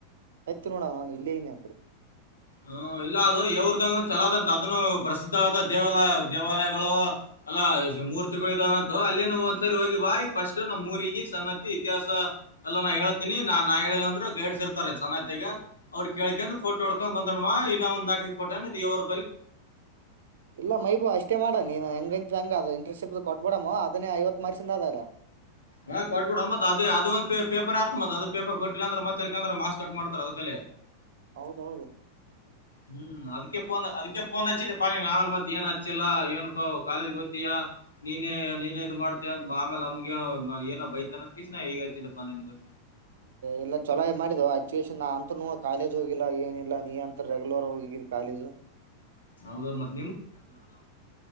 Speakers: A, on the right; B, on the left.
A: ಆತಿ ನೋಡವ ನ ಅವನ್ ಇಲ್ಲಿ ಇನ ಯಕಡೆ
B: ಹ್ಮ ಇಲ್ಲ ಅದು ಯವ್ರದಾಗನು ಚಲದಂತ ಅದನು ಪ್ರಸಿದ್ಧವಾದ ದೇವಾಲ ದೇವಾಲಯಗಳು ಎಲ್ಲಾ ಮೂರ್ತಿಗಳು ಇದಾವಂತ ಅಲ್ಲಿನ ಒಂದ್ಸರಿ ಹೋಗಿ ಬಾಯ್ ಫಸ್ಟ್ ನಮ್ಮ್ ಊಗ ಸನ್ನತಿ ಇತಿಹಾಸ ಎಲ್ಲಾನ ಹೇಳ್ತಿನಿ ನಾ ನಾ ಹೇಳಿಲ್ಲ ಅಂದ್ರು ಗೈಡ್ಸ್ ಇರ್ತಾರೆ ಸನ್ನತ್ತಗ ಅವ್ರ ಕೇಳ್ಕಂದ ಫೋಟೋ ಹ ಬಂದಡವಾ ಇಲ್ಲ ಒಂದ ಹಾಕಿದಕ್ ಕೊಟ್ಟೆ ಇವರು
A: ಇಲ್ಲ ಮೈಬೂ ಅಷ್ಟೇ ಮಾಡ ನೀನ್ ಹೆ ಹಂಗ ಅ ಇಂಟೆಸ್ ಶಿಪ್ ಕೊಟ್ಬಿಡಮ ಅದೇ ಐವತ್ತುತ್ರ್ಸಿಂದ ಅದಲ್ಲ
B: ಹಾ್ ಕೊಟ್ ಕೊೊಡ ಮತ್ತತ್ ಅದು ಅದ ಒಂದ ಪೇಪರ್ ಆತ್ ಅದು ಪೇಪರ್ ಕೊಟ್ಟಿಲ್ಲ ಅಂದ್ರ ಮತ್ತತ್ ಎಕಂದ್ರೆ ಮಾಕ್ಸ್ ಕಟ್ ಮಾಡ್ತಾರ ಅದಕೇ
A: ಹೌದೌದು
B: ಹ್ಮ್ ಅದಕ್ಕೆ ಎಪ್ಪ ಅ ಫೋನ್ ಹಚ್ಚಿದೆ ಪಾನಿನ್ ಆಮೇಲ್ ಮತ್ ಏನ್ ಹಚ್ಚಿಲ್ಲಾ ಏನಪ ಕಾಲೇಜ್ ಗೊತ್ತಯಾ ನೀನೇ ನೀನೇ ಇ್ ಮಾಡ್ತ ಅಂದ ಆಮೇಲೆ ನಮ್ಗ ಏನೋ ಬೈತಾನ ಕಿಸನ ಈಗ ಹಚ್ಚಿದ್ದ ಪಾನಿನ್ಿಗೆ
A: ಎಲ್ಲಾ ಚೊಲಾಗಿ ಮಾಡಿದ್ ಅಚ್ಚಷನ್ ನಾ ಅಂತನು ಕಾಲೇಜ್ ಹೋಗಿಲ್ಲ ಏನಿಲ್ಲ ನೀ ಅಂತ ರೆಗ್ಯುಲರ್ ಹೋಗಿದಿ ಕಾಲೇಜು
B: ಹೌದಾ ಮತ್ತೆ
A: ಹ್ಮ